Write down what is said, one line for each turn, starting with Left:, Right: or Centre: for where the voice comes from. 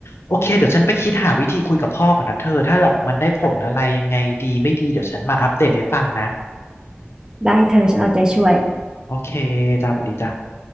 Left: โอเคเดี๋ยวฉันไปคิดหาวิธีคุยกับพ่อก่อนนะเธอถ้าแบบมันได้ผลอะไรยังไงดีไม่ดีเดี๋ยวฉันมาอัปเดตให้ฟังนะ
Right: ได้เธอฉันเอาใจช่วย
Left: โอเคจ้าสวัสดีจ้า